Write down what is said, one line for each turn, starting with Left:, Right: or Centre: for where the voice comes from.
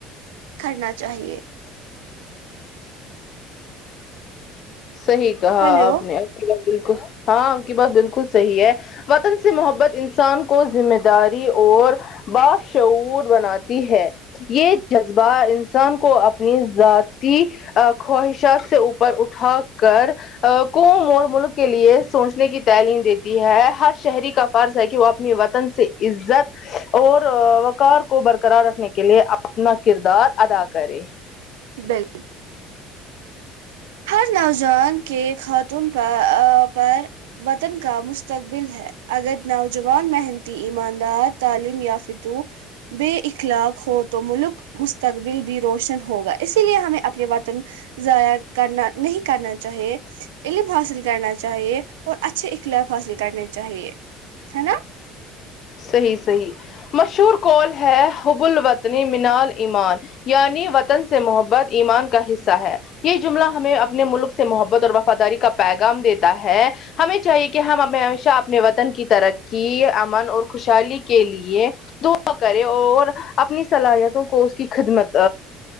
Right: کرنا چاہیے
Left: صحیح کہا
Right: ہلو
Left: آپ نے آپ کی بات بالکل ہاں آپ کی بات بالکل صحیح ہے وطن سے محبت انسان کو ذمہ داری اور باشعور بناتی ہے یہ جذبہ انسان کو اپنی ذاتی خواہشات سے اوپر اٹھا کر قوم اور ملک کے لیے سوچنے کی تعلیم دیتی ہے ہر شہری کا فرض ہے کہ وہ اپنی وطن سے عزت اور وقار کو برقرار رکھنے کے لیے اپنا کردار ادا کرے
Right: <unintelligible> ہر نوجوان کے خاتون پر پر وطن کا مستقبل ہے اگر نوجوان محنتی ایماندار تعلیم یا فتو بے اخلاق ہو تو ملک مستقبل بھی روشن ہوگا اسی لیے ہمیں اپنے وطن ضائر کرنا نہیں کرنا چاہیے علم حاصل کرنا چاہیے اور اچھے اخلاق حاصل کرنے چاہیے ہے نا
Left: صحی صحی مشہور کال ہے حب ال وطنی مینال ایمان یعنی وطن سے محبت ایمان کا حصہ ہے یہ جملہ ہمیں اپنے ملک سے محبت اور وفاداری کا پیغام دیتا ہے ہمیں چاہیے کہ ہم اپ ہمیشہ اپنے وطن کی ترقی من اور خوشحالی کے لیے دعا کرے اور اپنی صلاحیتوں کو اس کی خدمت